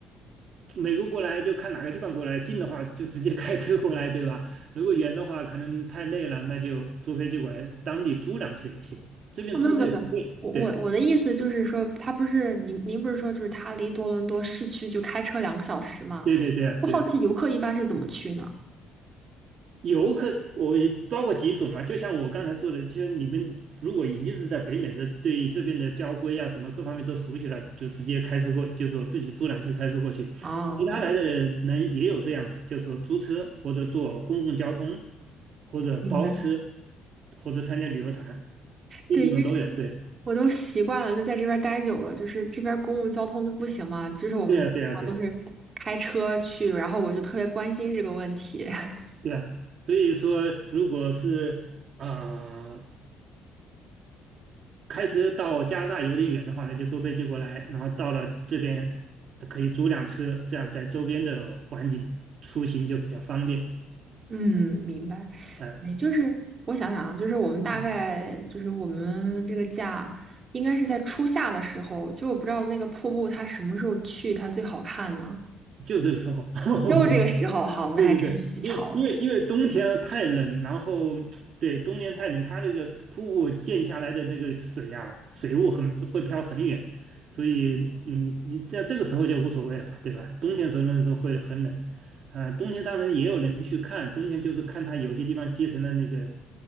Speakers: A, on the right; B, on the right.
A: 美国过来就看哪个地方过来，近的话就直接开车过来，对吧？如果远的话，可能太累了，那就坐飞机过来，当地租辆车也行，这边租车也不贵。
B: 啊、没有没有没有，我我我的意思就是说，
A: 对
B: 他不是您您不是说就是他离多伦多市区就开车两个小时吗？
A: 对对对啊，
B: 我好奇游客一般是怎么去呢？
A: 对啊。游客，我包括几种嘛，就像我刚才说的，就是你们如果已经是在北美的，对这边的交规啊什么各方面都熟悉了，就直接开车过，就是我自己租辆车开车过去。
B: 啊，
A: 其他来的人人也有这样子，
B: 懂，
A: 就是说租车或者坐公共交通，或者包车，
B: 明白。
A: 或者参加旅游团，这几种都有。
B: 对。
A: 对，
B: 我都习惯了，就在这边儿待久了，就是这边儿公共交通就不行嘛，就是我们基本上都是开车去，
A: 对呀，对呀，对呀，
B: 然后我就特别关心这个问题。<laughs>
A: 对呀。所以说，如果是啊。开车到加拿大有点远的话呢，那就坐飞机过来，然后到了这边呃可以租辆车，这样在周边的环境出行就比较方便。
B: 嗯，明白。
A: 呃，
B: 也就是我想想啊，就是我们大概就是我们这个假应该是在初夏的时候，
A: 嗯
B: 就我不知道那个瀑布它什么时候去它最好看呢？
A: 就这个时候，<laughs>
B: 又这个时候，好，那还真是太巧了
A: 对对对，因为因为因为冬天啊太冷，然后对冬天太冷，它那个瀑布溅下来的那个水啊，水雾很会飘很远，所以嗯，你在这个时候就无所谓了嘛，对吧？冬天时候那个时候会很冷，啊、冬天当然也有人去看，冬天就是看它有些地方结成了那个